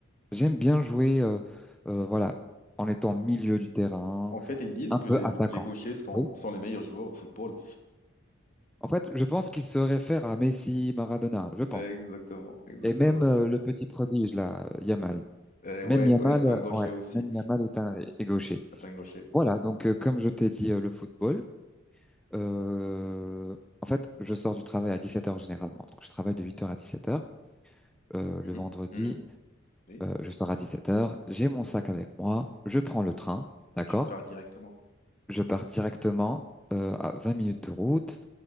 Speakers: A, in the centre; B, on the left.
A: J'aime bien jouer, euh, euh, voilà, en étant milieu du terrain,
B: En fait, ils disent
A: un
B: que
A: peu
B: les,
A: attaquant.
B: les gauchers sont,
A: Oui.
B: sont les meilleurs joueurs de football.
A: En fait, je pense qu'il se réfère à Messi, Maradona, je pense.
B: Ouais, Exactement, exactement.
A: Et même euh, le petit prodige là, Yamal.
B: Euh,
A: Même
B: ouais,
A: Yamal,
B: ouais, c'est
A: euh,
B: un gaucher
A: ouais,
B: aussi.
A: même Yamal est un est gaucher.
B: C'est un gaucher.
A: Voilà, donc euh, comme je t'ai dit, euh, le football, euh, en fait, je sors du travail à 17 heures généralement. Donc je travaille de 8 heures à 17 heures. Euh,
B: Mhm.
A: le vendredi,
B: Mhm. Oui.
A: euh, je sors à 17 heures. j'ai mon sac avec moi, je prends le train,
B: Ah,
A: d'accord?
B: tu pars directement.
A: Je pars directement euh, à 20 minutes de route,